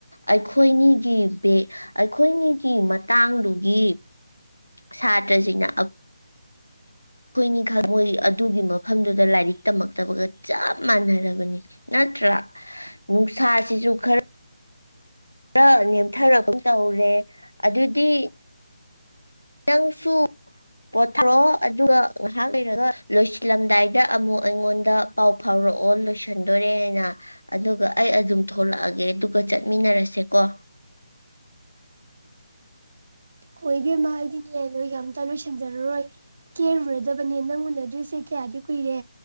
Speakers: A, on the left; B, on the right.
A: ꯑꯩꯈꯣꯏꯅꯤꯒꯤ ꯑꯩꯈꯣꯏꯅꯤꯒꯤ ꯃꯇꯥꯡꯗꯨꯒꯤ ꯁꯥꯇ꯭ꯔꯁꯤꯡꯅ ꯑꯩꯈꯣꯏꯅꯤ ꯈꯛ ꯃꯣꯏ ꯑꯗꯨꯒꯤ ꯃꯐꯝꯗꯨꯗ ꯂꯥꯏꯔꯤꯛ ꯇꯝꯃꯛꯇꯕꯒ ꯆꯞ ꯃꯥꯟꯅꯔꯕꯅꯤ ꯅꯠꯇ꯭ꯔꯥ ꯅꯨꯡꯁꯥꯁꯤꯁꯨ ꯈꯔ ꯈꯔ ꯅꯦꯝꯊꯔꯒꯨꯝ ꯇꯧꯔꯦ ꯑꯗꯨꯗꯤ ꯅꯪꯁꯨ ꯄꯣꯊꯣꯔꯛꯑꯣ ꯑꯗꯨꯒ ꯉꯥꯏꯍꯥꯛ ꯂꯩꯔꯒ ꯂꯣꯏꯁꯤꯜꯂꯝꯗꯥꯏꯗ ꯑꯃꯨꯛ ꯑꯩꯉꯣꯟꯗ ꯄꯥꯎ ꯐꯥꯎꯔꯛꯑꯣ ꯂꯣꯏꯁꯟꯗꯣꯔꯦ ꯍꯥꯏꯅ ꯑꯗꯨꯒ ꯑꯩ ꯑꯗꯨꯝ ꯊꯣꯛꯂꯛꯑꯒꯦ ꯑꯗꯨꯒ ꯆꯠꯃꯤꯟꯅꯔꯁꯦꯀꯣ
B: ꯍꯣ ꯏꯕꯦꯝꯃ ꯑꯩꯗꯤꯅꯦ ꯅꯣꯏꯒ ꯑꯝꯇ ꯂꯣꯏꯁꯤꯟꯖꯔꯔꯣꯏ ꯀꯦꯔꯨꯔꯗꯕꯅꯦ ꯅꯪ ꯎꯅꯗ꯭ꯔꯤꯁꯦ ꯀꯌꯥꯗꯤ ꯀꯨꯏꯔꯦ